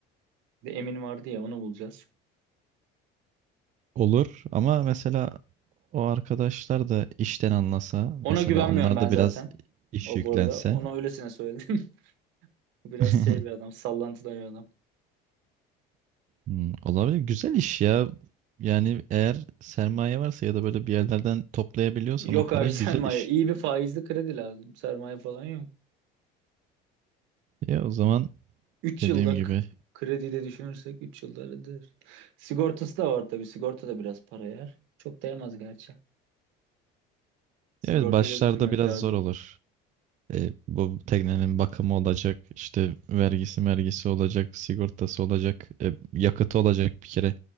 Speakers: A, on the right; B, on the right.
A: Bir de Emin vardı ya onu bulacağız.
B: Olur ama mesela o arkadaşlar da işten anlasa
A: Ona
B: mesela
A: güvenmiyorum
B: onlar
A: ben
B: da
A: zaten.
B: biraz iş
A: O
B: yüklense
A: bu arada ona öylesine söyledim. <laughs> Biraz
B: <laughs>
A: şey bir adam, sallantıda bir adam.
B: Hmm, olabilir. Güzel iş ya. Yani eğer sermaye varsa ya da böyle bir yerlerden toplayabiliyorsan
A: Yok
B: o parayı
A: abi sermaye.
B: güzel iş.
A: İyi bir faizli kredi lazım. Sermaye falan yok.
B: Ya o zaman
A: 3
B: dediğim
A: yıllık
B: gibi
A: krediyle düşünürsek 3 yılda halledilir. Sigortası da var tabii. Sigorta da biraz para yer. Çok değmez gerçi. Sigortayı
B: Evet başlarda
A: da düşünmek
B: biraz
A: lazım.
B: zor olur. E, bu teknenin bakımı olacak, işte vergisi vergisi olacak, sigortası olacak, e, yakıtı olacak bir kere.